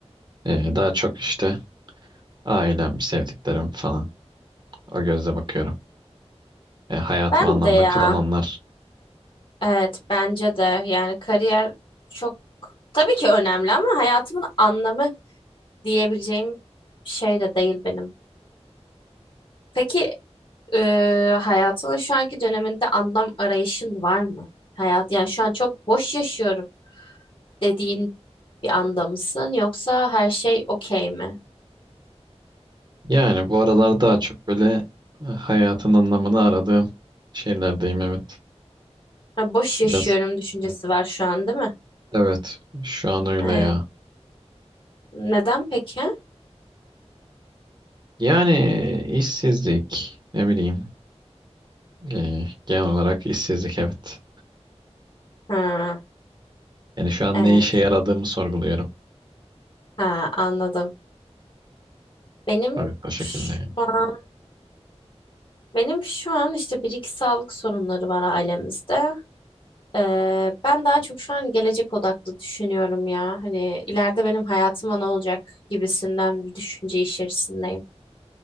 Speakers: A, on the right; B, on the left.
A: Ee, daha çok işte ailem, sevdiklerim falan. O gözle bakıyorum. E, hayatım
B: Ben
A: anlamda
B: de ya.
A: kılan onlar.
B: Evet bence de yani kariyer çok tabii ki önemli ama hayatımın anlamı diyebileceğim şey de değil benim. Peki Ee, hayatının şu anki döneminde anlam arayışın var mı? Hayat, yani şu an çok boş yaşıyorum dediğin bir anda mısın yoksa her şey okey mi?
A: Yani bu aralar daha çok böyle e, hayatın anlamını aradığım şeylerdeyim evet.
B: Ha, boş yaşıyorum
A: Biraz
B: düşüncesi var şu an değil mi?
A: evet şu an öyle
B: Ee,
A: ya.
B: neden peki?
A: Yani e, işsizlik ne bileyim e, genel olarak işsizlik evet.
B: Ha,
A: Yani şu an
B: evet.
A: ne işe yaradığımı sorguluyorum.
B: Ha, anladım. Benim
A: Evet o şekilde.
B: şu
A: yani.
B: an, benim şu an işte bir iki sağlık sorunları var ailemizde. Ee, ben daha çok şu an gelecek odaklı düşünüyorum ya. Hani ileride benim hayatıma ne olacak gibisinden bir düşünce içerisindeyim.